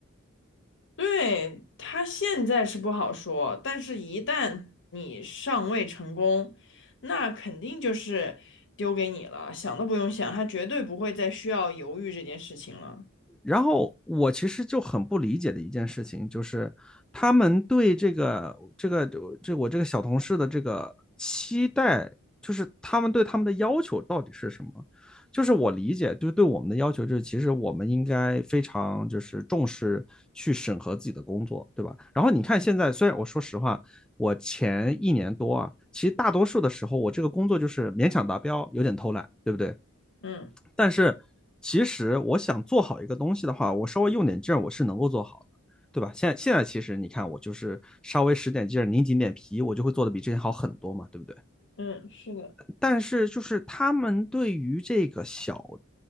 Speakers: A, on the left; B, in the centre.
A: 对，他现在是不好说，但是一旦你上位成功，那肯定就是丢给你了，想都不用想，他绝对不会再需要犹豫这件事情了。
B: 然后我其实就很不理解的一件事情，就是他们对这个这个这我这个小同事的这个期待，就是他们对他们的要求到底是什么？就是我理解，就是对我们的要求，就是其实我们应该非常就是重视去审核自己的工作，对吧？然后你看现在，虽然我说实话，我前一年多啊，其实大多数的时候我这个工作就是勉强达标，有点偷懒，对不对？
A: 嗯
B: 但是其实我想做好一个东西的话，我稍微用点劲儿，我是能够做好的，对吧？现在现在其实你看，我就是稍微使点劲儿，拧紧点皮，我就会做的比之前好很多嘛，对不对？
A: 嗯，是的。
B: 但是就是他们对于这个小